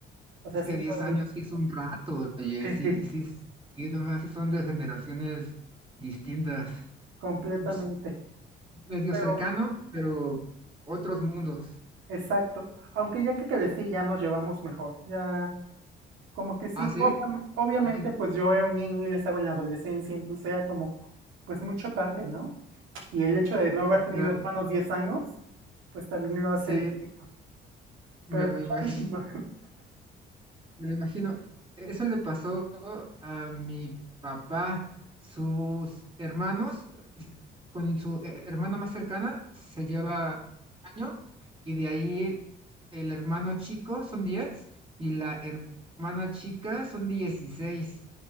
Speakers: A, on the right (about 80°); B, on the right (about 25°).
A: O sea,
B: Es
A: sí
B: que diez
A: fue.
B: años sí es un rato, oye,
A: Sí,
B: sí,
A: sí.
B: sí, es- sí, no más, sí son de generaciones distintas.
A: Completamente.
B: Es medio
A: Pero,
B: cercano, pero otros mundos.
A: exacto. Aunque ya que crecí, ya nos llevamos mejor. Ya como que sí,
B: Ah, sí,
A: obviam- obviamente,
B: ok,
A: pues yo era un niño, él estaba en la adolescencia, entonces era como, pues muy chocante, ¿no? Y el hecho de no haber tenido
B: claro,
A: hermanos 10 años, pues también lo hace
B: sí,
A: distinto.
B: me
A: Pero
B: lo
A: pues
B: imagino.
A: ya no es, no-
B: Me lo imagino, eso le pasó a mi papá. Sus hermanos, s- con su eh, hermana más cercana, se lleva año y de ahí el hermano chico son 10 y la her- hermana chica son dieciséis